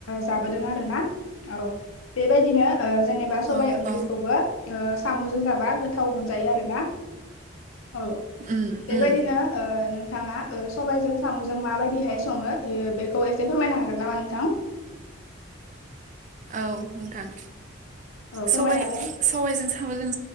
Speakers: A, on the left; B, on the right.
A: जाबोदों आरोना औ बेबायदिनो ओ जेनेबा सबाय
B: औ
A: ओंख्रिखौबो
B: औ
A: ओ साम'जों जाबा गोथाव मोनजायो आरो ना औ
B: उम
A: बेबायदिनो
B: उम
A: ओ नोंथाङा सबायजों साम'जों माबायदिहाय सङो ओ बेखौ एसे फोरमायनो हागोन नामा नोंथां?
B: औ नोंथां।
A: औ फोरमायनालाय
B: सबाइ सबायजों साम'जों